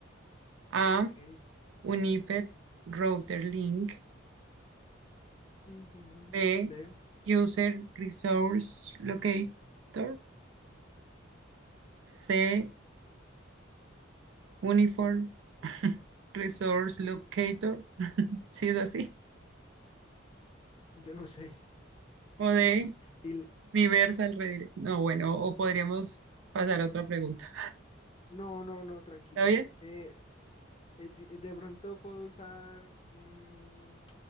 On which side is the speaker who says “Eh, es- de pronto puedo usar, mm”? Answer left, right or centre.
Left